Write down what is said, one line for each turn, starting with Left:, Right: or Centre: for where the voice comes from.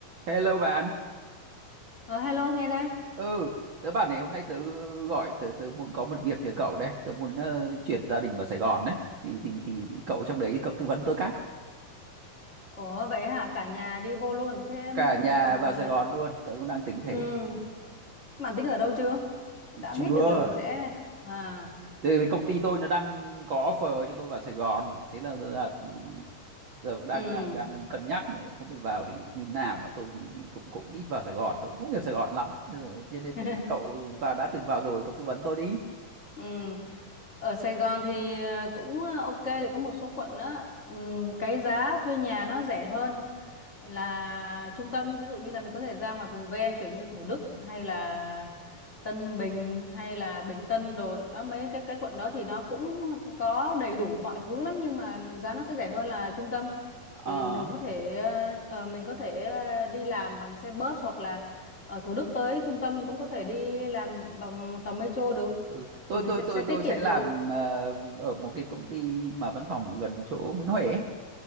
Right: Hello bạn.
Left: Ờ, hello nghe đây.
Right: Ừ, tớ bảo này hôm nay tớ gọi tớ tớ muốn có một việc nhờ cậu đây. Tớ muốn ờ, chuyển gia đình vào Sài Gòn đấy. Thì, thì thì thì cậu trong đấy cậu tư vấn tớ cái.
Left: Ủa vậy hả? Cả nhà đi vô luôn. Thế
Right: Cả nhà
Left: bạn
Right: vào
Left: ờ,
Right: Sài Gòn luôn, tớ cũng đang tính thế.
Left: ừ, bạn tính ở đâu chưa? Đã
Right: chưa
Left: biết được là mình sẽ à
Right: Thì công ty tôi nó đang có offer cho tôi vào Sài Gòn. Thế là giờ là giờ cũng đang
Left: ừ.
Right: đang đang cân nhắc này, không biết vào thì như nào mà tôi thì cũng cũng ít vào Sài Gòn, tôi cũng không hiểu Sài Gòn lắm. Thế là- Cho nên
Left: <laughs>
Right: mẹ- cậu và đã từng vào rồi, cậu tư vấn tôi đi.
Left: ừ. Ở Sài Gòn thì ờ, cũng ờ, ok thì có một số quận đó ừ, cái giá thuê nhà nó rẻ hơn là trung tâm ví dụ như là mình có thể ra ngoài vùng ven kiểu như Thủ Đức hay là Tân Bình hay là Bình Tân đồ đó mấy cái cái quận đó thì nó cũng có đầy đủ mọi thứ lắm nhưng mà giá nó sẽ rẻ hơn là trung tâm
Right: Ờ.
Left: thì mình có thể ờ, mình có thể ờ, đi làm bằng xe bus hoặc là ở Thủ Đức tới trung tâm thì cũng có thể đi làm bằng tàu metro được
Right: Ừ. Tôi
Left: thì mình
Right: tôi
Left: sẽ sẽ
Right: tôi
Left: tiết
Right: tôi
Left: kiệm
Right: sẽ làm
Left: được
Right: ờ, ở một cái công ty mà văn phòng ở gần chỗ Nguyễn Huệ ấy.